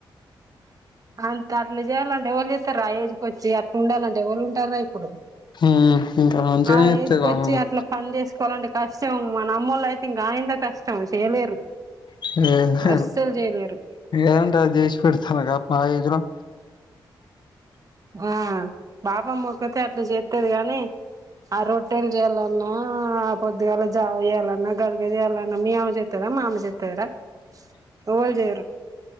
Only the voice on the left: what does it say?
హ్మ్ ఇంకా మంచిగనే
చేత్తది
పాపమ్మ
చేయలేరు
ఏంటది చేసి పెడతా కా మా ఏజ్లో